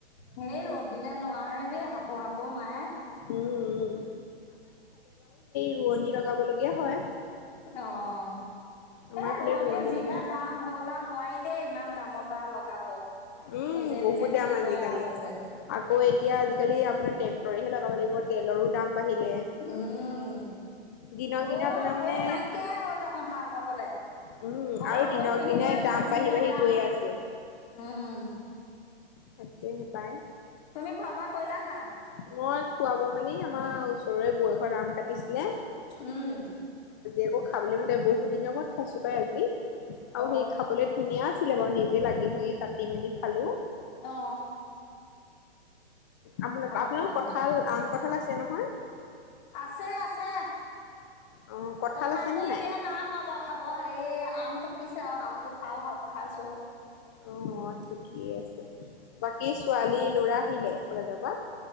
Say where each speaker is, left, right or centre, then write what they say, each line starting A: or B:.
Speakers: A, on the left; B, on the left.
A: সেই ৰ'দ দিলে নোৱাৰে দেই হাপো হাপো মায়ে
B: উম উম ৰুৱনি লগাব লগীয়া হয়।
A: অ',
B: আমাৰ
A: এ
B: এইফালে
A: ৰোৱনীৰ
B: ৰোৱনী
A: যিহে
B: লগাই
A: দাম হ'ল আৰু নোৱাৰি। এ ইমান দামত আৰু লগাব।
B: উম
A: নিজে
B: বহুত
A: নিজে খেতি
B: দম আজিকালি
A: কৰাই লাভ আছে
B: আকৌ এতিয়া আজিকালি আপোনাৰে তৰেহে লগাব লাগিব, তেলৰো দাম। বাঢ়িলে
A: উম।
B: দিনক
A: গৰু
B: দিনে আপোনাৰ মানে
A: গৰু নাইকিয়াই হ'ল দেখোন হাল বাপ বোলে
B: উম
A: বলদ
B: আৰু দিনক
A: গৰু কিনিবই
B: দিনে
A: নোৱাৰি
B: দাম
A: যিহে
B: বাঢ়ি বাঢ়ি
A: দাম
B: গৈয়ে আছে
A: উম
B: তাকেহে পায়।
A: তুমি খোৱা বোৱা কলা নাই?
B: মই খুৱাব মানি আমাৰ ওচৰৰে বয়সত আম কাটিছিলে
A: উম,
B: একো খাবলৈ মানে বহুত দিনৰ মূৰত খাইছোঁ পাই আজি আৰু
A: অ
B: সেই খাবলে ধুনীয়া আছিলে বাৰু নিজে লাগি ভাগি কাটি মেলি খালো।
A: অ
B: আপোনা
A: ভাল
B: আপোনালোকৰ
A: পালা খাই
B: কঁঠাল আম কঁঠাল আছে নহয়।
A: আছে, আছে।
B: অ কঁঠাল
A: কঁঠালটো
B: আছে নে
A: এতিয়া নাই হোৱা বাৰু খাব হেৰি আম পকিছে আও আমটো খাওঁ হ'ত খাইছোহ'ত।
B: অ', ঠিকেই আছে বাকী ছোৱালী ল'ৰা আহিলে কলেজত। ৱা